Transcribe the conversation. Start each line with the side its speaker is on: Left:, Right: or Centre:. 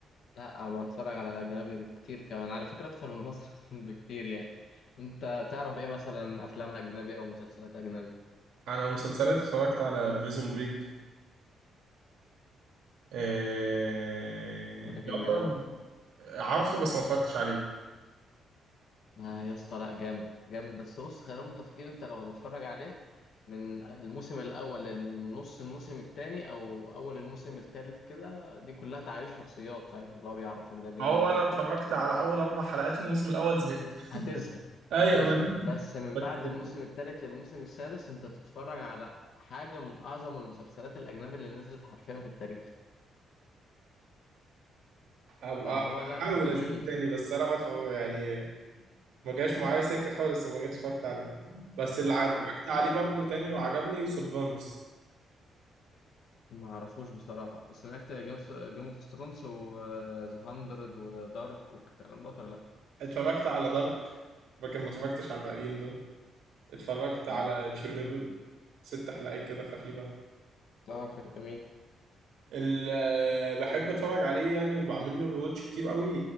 Left: لا أنا بتفرج على أجنبي كتير كمان على فكرة أكتر من مصر <laughs> بكتير يعني أنت تعرف إيه مثلا أفلام أجنبي أو مسلسلات أجنبي
Right: انا مسلسلات اتفرجت على بريزون بريك إيه...
Left: بريكنج
Right: يعتبر
Left: باد
Right: عارفه بس ما اتفرجتش عليه
Left: ما يا اسطى لا جامد جامد بس بص خلينا متفقين انت لو هتتفرج عليه من الموسم الاول للنص الموسم الثاني او اول الموسم الثالث كده دي كلها تعريف شخصيات فاهم اللي هو بيعرفك ده بيعمل
Right: هو
Left: ايه
Right: انا
Left: وبتاع
Right: اتفرجت على اول اربع حلقات والموسم الاول زهقت
Left: هتزهق
Right: ايوه
Left: هتزهق
Right: ما انا
Left: بس من
Right: بك-
Left: بعد الموسم الثالث للموسم السادس انت بتتفرج على حاجة من اعظم المسلسلات الاجنبي اللي نزلت حرفيا في التاريخ
Right: هبقى
Left: فهو
Right: احاول
Left: لا جميل
Right: اشوفه تاني بس انا ما اتفرج- يعني ما جاش معايا سكه خالص وما جيتش اتفرجت عليه بس اللي
Left: لا
Right: اتفرجت
Left: هو جميل.
Right: عليه برضه تاني وعجبني سوفانوس
Left: ما اعرفوش بصراحة سمعت جيم اوف ثرونز وذا هاندرد ودارك والكلام ده ولا لا
Right: اتفرجت على دارك لكن ما اتفرجتش على الباقيين دول اتفرجت على
Left: مم.
Right: تشيرنوبل ست حلقات كده خفيفه
Left: اه كان جميل
Right: ال- آه، بحب اتفرج عليه يعني وبعمل له ريواتش كتير قوي